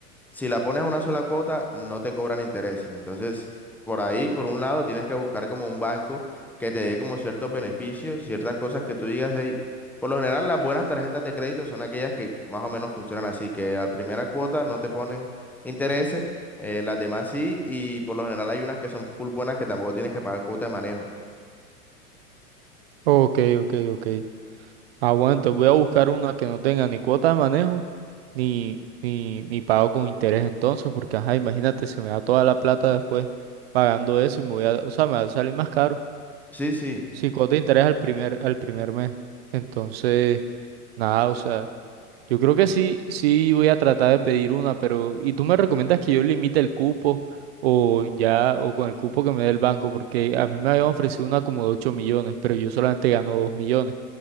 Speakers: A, in the centre; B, on the right (about 40°).
A: si la pones a una sola cuota, no te cobran intereses. Entonces, por ahí, por un lado, tienes que buscar como un banco que te dé como ciertos beneficios, ciertas cosas que tú digas, hey, por lo general las buenas tarjetas de crédito son aquellas que más o menos funcionan así, que a primera cuota no te ponen intereses, eh, las demás sí, y por lo general hay unas que son full buenas que tampoco tienes que pagar cuota de manejo.
B: Ok, ok, ok. Ah, bueno, entonces voy a buscar una que no tenga ni cuota de manejo, ni, ni, ni pago con interés entonces, porque ajá, imagínate, se me da toda la plata después pagando eso y me voy a, o sea, me va a salir más caro.
A: Sí, sí,
B: Si cuota de interés al primer, al primer mes. Entonces, nada, o sea, yo creo que sí, sí voy a tratar de pedir una, pero, ¿y tú me recomiendas que yo limite el cupo o ya, o con el cupo que me dé el banco? Porque a mí me habían ofrecido una como de 8 millones, pero yo solamente gano 2 millones.